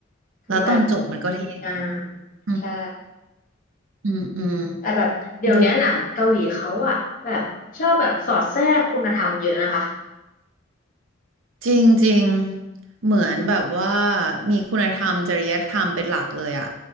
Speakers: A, on the left; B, on the right.
A: คือแบบ
B: แล้วตอนจบมันก็เท่
A: ดีงาม
B: อืม
A: ใช่
B: อืมอืม
A: แต่แบบเดี๋ยวเนี้ยหนังเกาหลีเขาอะแบบชอบแบบสอดแทรกคุณธรรมเยอะนะคะ
B: ดู จริงจริงเหมือนแบบว่ามีคุณธรรมจริยธรรมเป็นหลักเลยอะ